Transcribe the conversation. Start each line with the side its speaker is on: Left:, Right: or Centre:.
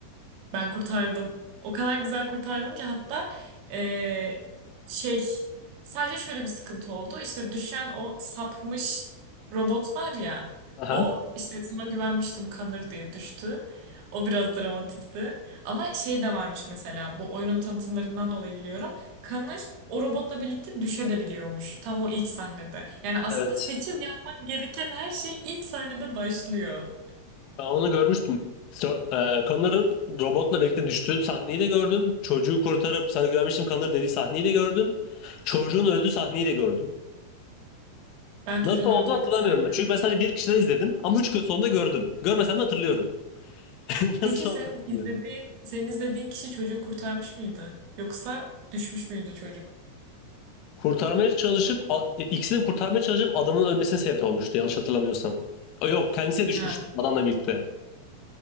Right: Ben kurtardım. O kadar güzel kurtardım ki hatta eee, şey sadece şöyle bir sıkıntı oldu. İşte düşen o sapmış robot var ya.
Left: Aha,
Right: O işte sana güvenmiştim kanır diye düştü. O biraz dramatikti. Ama şey de varmış mesela bu oyunun tanıtımlarından dolayı biliyorum. Kanır o robotla birlikte düşebiliyormuş tam o ilk sahnede. Yani aslında
Left: evet.
Right: seçim yapman gereken her şey ilk sahnede başlıyor.
Left: Ben onu görmüştüm. Ro- e, Connor'ın robotla birlikte düştüğü sahneyi de gördüm. Çocuğu kurtarıp sana güvenmiştim Connor dediği sahneyi de gördüm. Çocuğun öldüğü sahneyi de gördüm.
Right: Ben
Left: Nasıl
Right: çocuğun ördüğü
Left: oldu hatırlamıyorum.
Right: sahneyi görmedim.
Left: Çünkü ben sadece bir kişiden izledim ama üç gün sonunda gördüm. Görmesem de hatırlıyorum. <laughs>
Right: Peki
Left: Nasıl
Right: sen
Left: oldu bilmiyorum.
Right: izlediğin, senin izlediğin kişi çocuğu kurtarmış mıydı? Yoksa düşmüş müydü çocuk?
Left: Kurtarmaya çalışıp, a- e, ikisini de kurtarmaya çalışıp adamın ölmesine sebep olmuştu yanlış hatırlamıyorsam. E, Yok kendisi düşmüştü
Right: Ha.
Left: adamla birlikte.